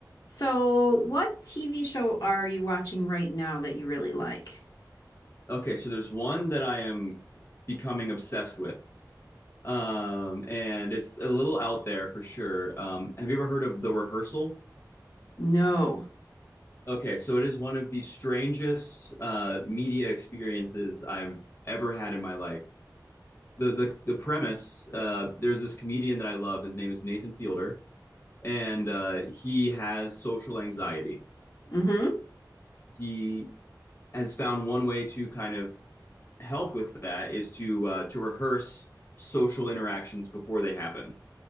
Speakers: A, on the left (about 65°); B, on the left (about 40°).
A: So, what TV show are you watching right now that you really like?
B: Okay, so there's one that I am becoming obsessed with. Um, and it's a little out there for sure. Um, have you ever heard of The Rehearsal?
A: No.
B: Okay, so it is one of the strangest uh, media experiences I've ever had in my life. The the, the premise uh, there's this comedian that I love. His name is Nathan Fielder, and uh, he has social anxiety.
A: Mm-hmm.
B: He has found one way to kind of help with that is to uh, to rehearse social interactions before they happen,